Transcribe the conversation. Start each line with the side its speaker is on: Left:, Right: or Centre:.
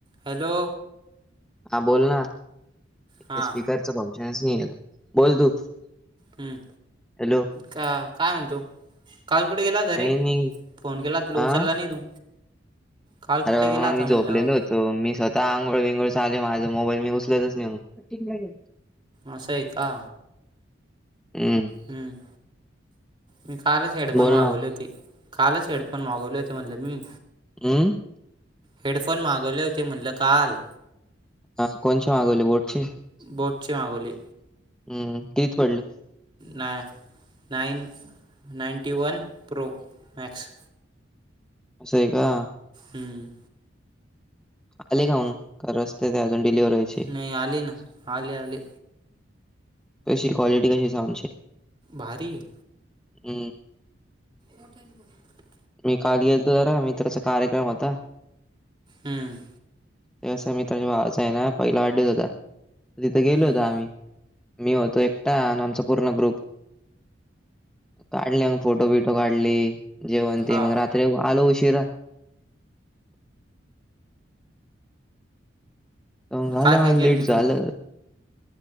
Right: Hello.
Centre: हां. बोल ना. इथे
Right: हां
Centre: स्पीकरच फंक्शनच नाहीये ना. बोल तू.
Right: हं.
Centre: हॅलो
Right: का काय म्हणतो? काल कुठं गेला होता
Centre: काही
Right: रे?
Centre: नाही
Right: फोन केला तुला
Centre: हा
Right: उचलला नाही तू. काल
Centre: अरे
Right: कुठे
Centre: हां.
Right: गेला होता
Centre: मी
Right: म्हणलं
Centre: झोपलेलो होतो. तो मी स्वतः आंघोळ विंगोळ चालूये माझं. मोबाईल मी उचलतच नाही मग.
Right: असं ये का?
Centre: उम.
Right: हम्म. मी कालच हेड फोण
Centre: बोल
Right: मागवले
Centre: ना
Right: होते. कालच हेडफोन मागवले होते म्हणलं मी.
Centre: उम्म?
Right: हेडफोन मागवले होते म्हणलं काल.
Centre: हा. कोणचे मागवले बोटचे?
Right: बोटचे मागवले.
Centre: उम्म. कितीत पडले?
Right: ना. Nine ninety one pro max.
Centre: असये का?
Right: हम्म.
Centre: आले का मग? का रस्त्यात ए अजून डिलिव्हर व्हाय -
Right: नाही आले ना. आले आले.
Centre: कशी? क्वालिटी कशी ये साऊंडची?
Right: भारीए.
Centre: उम्म.
Right: मोठ्यानी बोलं.
Centre: मी काल गेलतो जरा. मित्राचा कार्यक्रम होता.
Right: हम्म.
Centre: ते कसं मित्राच्या भावाच आहे ना पहिला वाढदिवस होता. तर तिथं गेलो
Right: हम्म
Centre: होतो आम्ही. मी होतो एकटा आणि आमचा पूर्ण ग्रुप. काढले मग फोटो बिटो काढले. जेवण
Right: हा
Centre: ते मग रात्री आलो उशीरा. त मंग झालं
Right: काय काय
Centre: मला
Right: केलं
Centre: लेट
Right: तिथं
Centre: झालं.